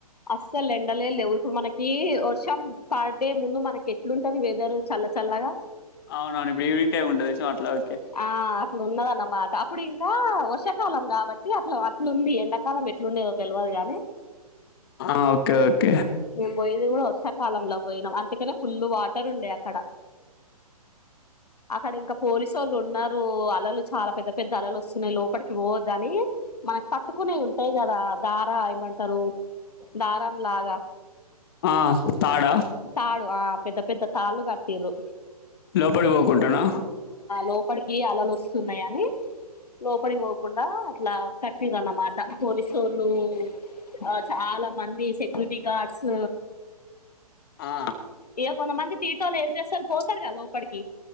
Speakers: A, on the left (about 75°); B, on the left (about 35°).
A: అస్సల్ ఎండలే లేవు ఇప్పుడు మనకి వర్షం పడే ముందు మనకి ఎట్లుంటది వెదర్ చాల చల్లగా
B: అవునవును ఇప్పుడు ఈవినింగ్ టైం ఉంటది సో అట్లా ఓకే
A: ఆ అట్లున్నది అన్నమాట అప్పుడు ఇంకా వర్షాకాలం కాబట్టి అట్లా అ ట్లుంది ఎండాకాలం ఎట్లుండేదో తెలువదు గాని
B: ఆ ఓకే ఓకే
A: మేం పోయింది కూడా వర్షాకాలంలో పోయినం అ ఇక్కడ ఫుల్ వాటర్ ఉండే అక్కడ అక్కడ ఇంకా పోలీస్ ఉన్నారు అలలు చాలా పెద్ద పెద్ద అలలు వస్తున్నాయి లోపలికి పోవొద్దని మనకి పట్టుకునేయి ఉంటాయి కదా దార ఏమంటారు దారం లాగా
B: ఆ తాడా
A: తాడు ఆ పెద్ద పెద్ద తాళ్లు కట్టిర్రు
B: లోపలికి పోకుంటనా
A: లోపడికి అలలు వస్తున్నాయని లోపడికి పోకుండా అట్లా కట్టిర్రు అన్నమాట పొలిసోళ్ళు ఆ చాలా మంది సెక్యూరిటీ గార్డ్స్
B: ఆ
A: ఏ కొంత మంది తీటోలూ ఏం చేస్తారు పోతారుగా లోపడికి